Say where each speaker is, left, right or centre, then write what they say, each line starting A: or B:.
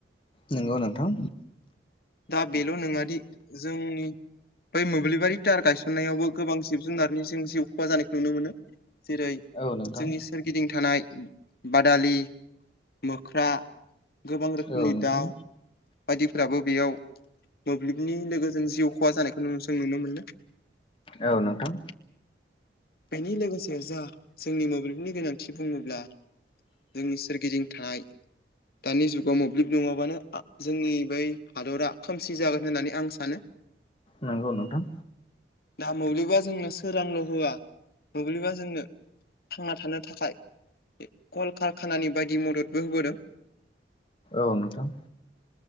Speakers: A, on the left (about 30°); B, on the left (about 55°).
A: नंगौ नोंथां
B: दा बेल' नङादि जोंनि बै मोब्लिबारि तार गायसननायावबो गोबां जिब जुनारनि जों जिउ खहा जानायखौ नुनो मोनो जेरै
A: औ नोंथां
B: जोंनि सोरगिदिं थानाय बादालि मोख्रा गोबां रोखोमनि
A: औ नोंथां
B: दाउ बायदिफ्राबो बेयाव मोब्लिबनि लोगोजों जिउ खहा जानायखौ जों नुनो मोनो
A: औ नोंथां
B: बेनि लोगोसे जा जोंनि मोब्लिबनि गोनांथि बुङोब्ला जोंनि सोरगिदिं थानाय दानि जुगाव मोब्लिब नङाबानो आ जोंनि बै हादरा खोमसि जागोन होननानै आं सानो।
A: नंगौ नोंथां
B: दा मोब्लिबा जोंनो सोरांल' होआ मोब्लिबा जोंनो थांना थानो थाखाय कल कारखानानि बायदि मददबो होबोदों।
A: औ नोंथां